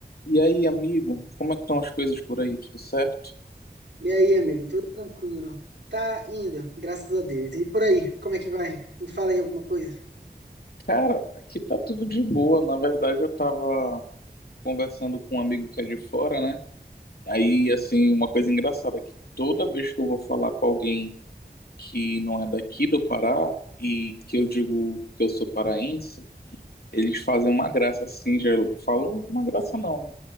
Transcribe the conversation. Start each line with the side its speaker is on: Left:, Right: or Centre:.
Left: E aí, amigo, como é que estão as coisas por aí? Tudo certo?
Right: E aí, amigo, tudo tranquilo? Tá indo, graças a Deus. E por aí, como é que vai? Me fala aí alguma coisa.
Left: Cara, aqui tá tudo de boa. Na verdade, eu tava conversando com um amigo que é de fora, né? Aí, assim, uma coisa engraçada, é que toda vez que eu vou falar com alguém que não é daqui do Pará e que eu digo que eu sou paraense, eles fazem uma graça assim, já falam "Hum, uma graça não, né?